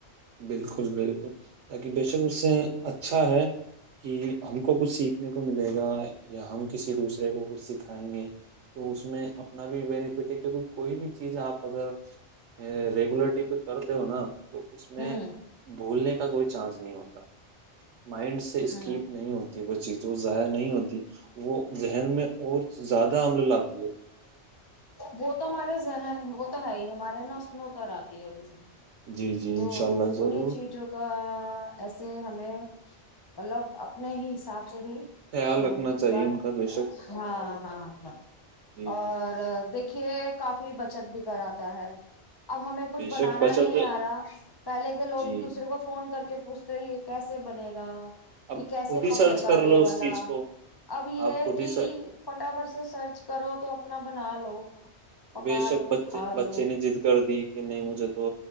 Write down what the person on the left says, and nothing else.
ہوں
ہوں
وہ تو ہمارے ذہن وہ تو ہے ہی ہمارے ن اسنو تو ر آتی ا س
تو
انہیں چیزوں کا ایسے ہم مطلب اپنے ہی حساب ص ہی
کہنے
کی
بات
ہاں ہاں ہاں
اور
دیکھیے سے کافی بچت بھی کراتا ہے اب ہمیں کچھ
بنانا
نہیں آ رہا پہلے کے لوگ
ایک دوسرے کو فون کر کے پوچھتے ہی کیسے بنے گا
یہ کیسے
پکے
گا
یہ
والا
اب یہ
ہے
کہ
فٹافٹ سے سرچ کرو تو اپ اپنا بنا لو پکا
لو
کھا
لو